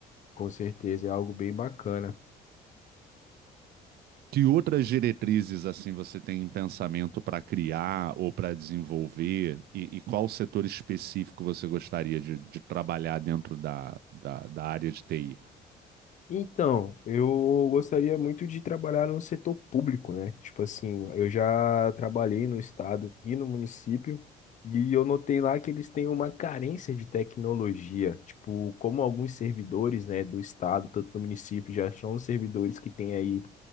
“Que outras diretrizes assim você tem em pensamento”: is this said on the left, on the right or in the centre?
Right